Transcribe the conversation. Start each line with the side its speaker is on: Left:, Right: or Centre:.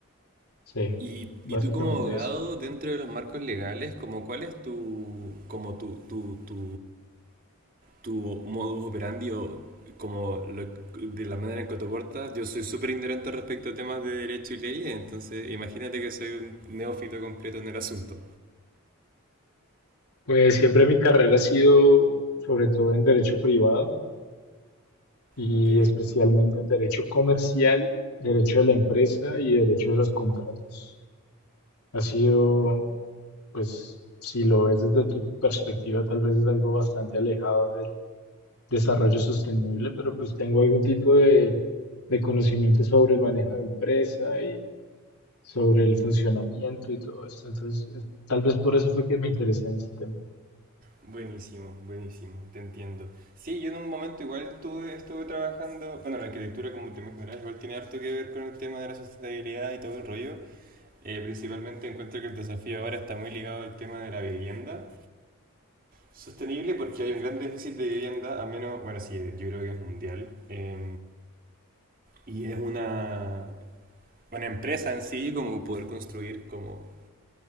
Left: sí,
Right: ¿Y,
Left: básicamente
Right: y tú como abogado,
Left: eso.
Right: dentro de los marcos legales, como cuál es tu, como tu, tu, tu tu modus operandi o como lo- de la manera en que te portas. Yo soy súper ignorante respecto a temas de derecho y leyes, entonces imagínate que soy un neófito completo en el asunto.
Left: Pues siempre mi carrera ha sido sobre todo en derecho privado y
Right: Ok.
Left: especialmente en derecho comercial, derecho de la empresa y derecho de los contratos. Ha sido, pues, si lo ves desde tu perspectiva, tal vez es algo bastante alejado desarrollo sostenible, pero pues tengo algún tipo de, de conocimiento sobre el manejo de empresa y sobre el funcionamiento y todo esto. Entonces, es- tal vez por eso fue que me interesé en este tema.
Right: Buenísimo, buenísimo, te entiendo. Sí, yo en un momento igual tuve, estuve trabajando, bueno, la arquitectura como te imaginarás igual tiene harto que ver con el tema de la sustentabilidad y todo el rollo. Eh, principalmente encuentro que el desafío ahora está muy ligado al tema de la vivienda Sostenible porque hay un gran déficit de vivienda, a menos, bueno, sí, yo creo que es mundial. eh, y es una, una empresa en sí, como poder construir como